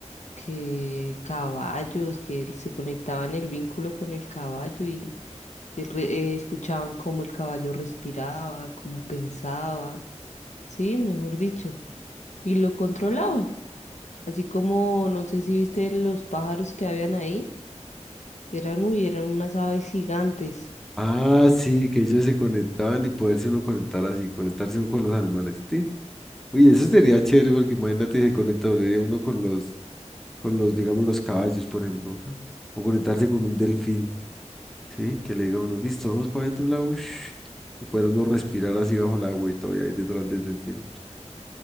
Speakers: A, on the left (about 75°); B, in the centre.
A: que caballos, que se conectaban el vínculo con el caballo y, y re- eh, escuchaban cómo el caballo respiraba, cómo pensaba. Sí, mejor dicho. Y lo controlaban. Así como, no sé si viste los pájaros que habían ahí, que eran, uy, eran unas aves gigantes.
B: ah, sí, que ellos se conectaban y poderse uno conectar así, conectarse uno con los animales. sí. Uy, eso sería chévere porque imagínate se conecta uno con los, con los, digamos, los caballos, por ejemplo, o conectarse con un delfín. Sí, que le diga a uno, listo, vamos para adentro del agua. ush", Y poder uno respirar así bajo el agua y todo, y ahí detrás del delfín.